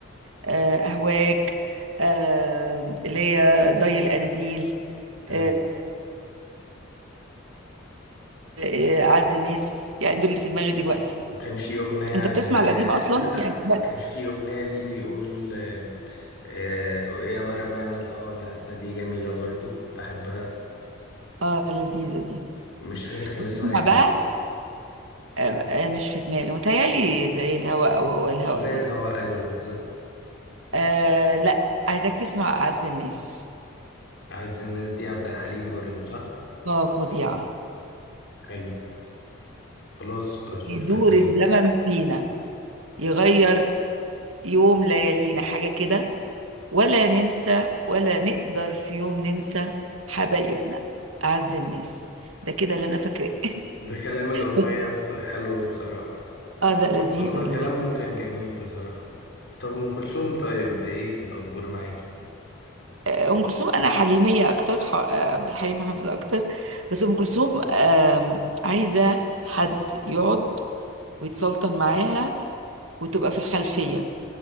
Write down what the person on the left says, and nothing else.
حلو
وكان في أغنية
عن
آه،
كان في أغنية ليه بيقول آه، آه، يا مرمان الهوى نعسنا دي جميلة برضو بحبها
مش فاكر كان
اسمها ايه
زي الهوى أيوة بالظبط
أعز الناس دي عبد الحليم برضو صح
حلو خلاص بشوفها
كده
ده كلام الأغنية
بت- حلو بصراحة
هما كلامهم
كان جميل بصراحة طب أم كلثوم طيب ايه الأخبار معاكي؟